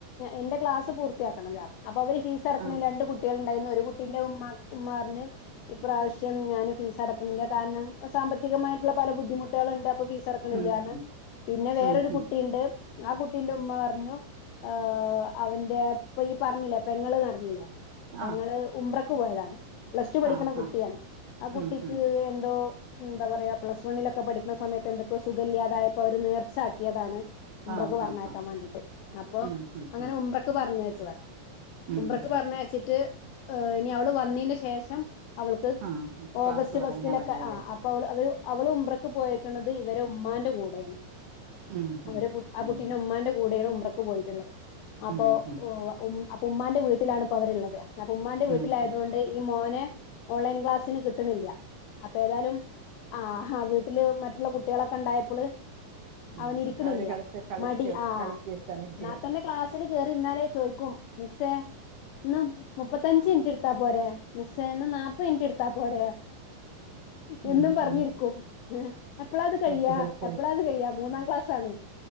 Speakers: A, on the left (about 80°); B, on the right (about 75°).
A: എന്റെ ക്ലാസ് പൂർത്തിയാക്കണം അല്ലേ അപ്പൊ അവര് ഫീസ് അടക്കണെല്
B: ആ
A: എന്റെകുട്ടി കുട്ടികൾ ഉണ്ടായിരുന്നു ഒരു കുട്ടിന്റെ ഉമ്മ ഉമ്മ പറഞ് ഇപാവശ്യം ഞാൻ ഫീസ് അടക്ണി ല്ല കാരണം സാമ്പത്തികമായിട്ട് ള്ള പല ബുദ്ധിമുട്ടുകൾ ഉണ്ട് അപ്പൊ ഫീസ് അട ക്കണില്യാന്ന്
B: ഉം ഉം
A: പിന്നെ വേറൊരു
B: ഉം ഉം
A: കുട്ടിയിണ്ട് ആ കുട്ടീന്റെ ഉമ്മ പറഞ്ഞു ആ അവൻ എ പ്പൊ ഈ പറഞ്ഞില്ലേ പെങ്ങള്ന്നാർഞ്ഞില്ലേ പെങ്ങൾ
B: ആ
A: ഉംറ ക്ക് പോയതാണ് പ്ലസ് ടു പഠിക്കണ
B: ആ
A: കുട്ടിയാണ്
B: ആ
A: ആ കുട്ടിക്ക്
B: ഉം ഉം
A: എന്തോ എന്താ പറയാ പ്ലസ് വണ്ണിലൊക്കെ പഠിക്കണ സമയത്ത് എന്തൊക്കെയോ സുഖഇ ല്ലാതായപ്പോഅവര് നേർച്ചാക്കിയതാണ് ഉംറ
B: ആ
A: ക് പറഞാക്കാൻ
B: ആ ആ
A: വേണ്ടിട്ട് അപ്പൊ
B: ഉം ഉം
A: അങ്ങനെ
B: ഉം
A: ഉംറ ക് പറഞ്ഞച്ചതാ
B: ഉം
A: ഉംറ ക്
B: ഉം
A: പറഞ്ഞ അയച്ചിട്ട് ഹ് ഇനി അവള് വന്നതിന് ശേഷം അവൾക്ക്
B: ആ ക്ലാസ്
A: ഓഗസ്റ്റ്
B: തുടങ്ങിയാ
A: ഫസ്റ്റിലൊക്കെ
B: മതിയല്ലേ
A: ആ അപ്പ അവള് അവര് അവള് ഉംറ ക്ക് പോയേക്കണത് ഇവരെ ഉമ്മാന്റെ കൂടെയാണ്
B: ഉം
A: അവര്
B: ഉം
A: കു ആ
B: ഉം
A: കുട്ടീന്റെ ഉമ്മാന്റെ കൂടെയാണ് ഉംറ ക്ക് പോയിട്ടുള്ളത് അപ്പൊ
B: ഉം ഉം
A: ഉ അപ്പൊ ഉമ്മാന്റെ വീട്ടിലാണിപ്പോ അവരുള്ളത് അപ്പ ഉമ്മാന്റെ
B: ഉം
A: വീട്ടിലായത്
B: ഉം
A: കൊണ്ട് ഈ മോനെ ഓൺലൈൻ ക്ലാസിന് കിട്ടണില്യ അപ്പ ഏതായാലും ആ ഹ വ് ട്ട്ല് മറ്റുള്ള കുട്ടികളൊക്കെ ഉണ്ടായപ്പ ള്
B: ഉം
A: അവൻ ഇരിക്കണില്ല
B: ഉം അവര് കളിച്ച് കളിക്കും
A: മടി ആ
B: കളിക്കൊക്കെ നിക്കും
A: ന്നാ തന്നെ ക്ലാസ് ച്ല് കേറി ഇര്ന്നാലേ ചോയ്ക്കും മിസ്സ ഇന്ന് മുപ്പത്തഞ്ച് മിനിറ്റ് എടുത്താ പോരെ മിസ്സേ ഇന്ന് നൽപ് മിനിറ്റ് എടുത്താ പോര
B: ഉം
A: എന്നും
B: ഉം
A: പറഞ്ഞിരിക്കും
B: ഉം
A: ഏ എപ്പളാ ത് കഴിയ
B: ഉം ഉം
A: എപ്പളാ ത് കഴിയാ മൂന്നാം ക്ലാസ് ആണ്